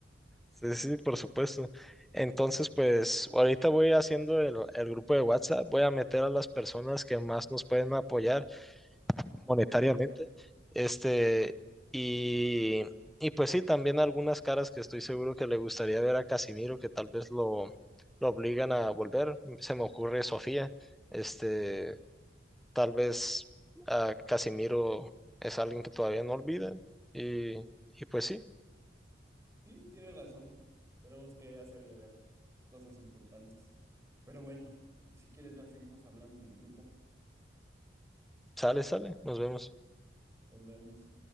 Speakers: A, in the centre; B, on the right (about 15°).
A: sí, sí, por supuesto. Entonces, pues ahorita voy haciendo el, el grupo de WhatsApp, voy a meter a las personas que más nos pueden apoyar monetariamente. Este, y, y pues sí, también algunas caras que estoy seguro que le gustaría ver a Casimiro, que tal vez lo, lo obligan a volver. Se me ocurre Sofía. Este, Tal vez a Casimiro es alguien que todavía no olvida. Y, y pues sí,
B: Sí, tiene razón. Tenemos que hacerle ver cosas importantes. Pero bueno, si quieres ya seguimos hablando en el grupo.
A: sale, sale. Nos vemos.
B: Nos vemos.